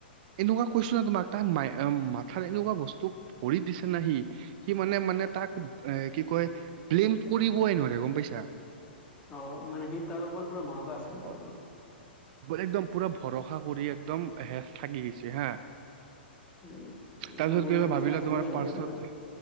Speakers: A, on the right; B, on the left.
A: এনেকুৱা কৈছো ন' তোমাক, তাক মা-মাথাত এনেকুৱা বস্তু ভৰি দিছে ন' সি সি মানে, মানে তাক এ, কি কয়, ব্লেম কৰিবয়েই নোৱাৰে গ'ম পাইছা।
B: অ', মানে সি তাৰ ওপৰত পুৰা ভৰষা আছিল, তাৰ
A: অ,
B: ওপৰত।
A: একদম পুৰা ভৰসা কৰি, একদম হে থাকি গৈছে হা।
B: উম, মানে
A: তাৰপিছত
B: বন্ধু
A: কি
B: নিচিনা
A: ভাবিলা
B: আছিল
A: তোমাৰ
B: ন সিহঁতে
A: পাৰ্চত
B: পুৰা